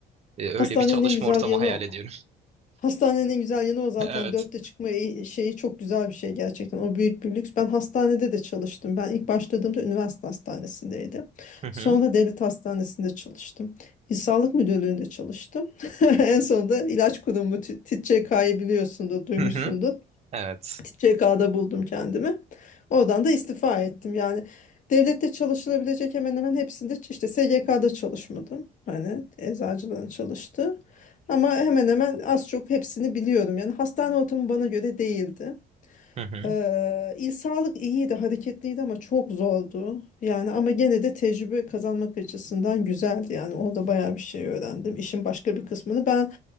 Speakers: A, on the right (about 40°); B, on the left (about 50°).
A: E, öyle
B: Hastanenin
A: bir çalışma
B: en güzel
A: ortamı
B: yanı
A: hayal
B: o.
A: ediyorum.
B: Hastanenin güzel yanı o zaten.
A: <laughs> Evet.
B: Dörtte çıkma e- şeyi çok güzel bir şey gerçekten. O büyük bir lüks. Ben hastanede de çalıştım. Ben ilk başladığımda üniversite hastanesindeydim.
A: Hı
B: Sonra
A: hı.
B: devlet hastanesinde çalıştım. İl Sağlık Müdürlüğü'nde çalıştım. <laughs> En sonunda ilaç kurumu T- TÇK'yı biliyorsundur, duymuşsundur.
A: Hı hı. Evet.
B: TCK'da buldum kendimi. Oradan da istifa ettim. Yani devlette çalışılabilecek hemen hemen hepsinde ç- işte SGK'da çalışmadım. Hani eczacılığın çalıştı. Ama hemen hemen az çok hepsini biliyorum. Yani hastane ortamı bana göre değildi.
A: Hı hı.
B: Ee, il sağlık iyiydi, hareketliydi ama çok zordu. Yani ama gene de tecrübe kazanmak açısından güzeldi. Yani orada bayağı bir şey öğrendim. İşin başka bir kısmını ben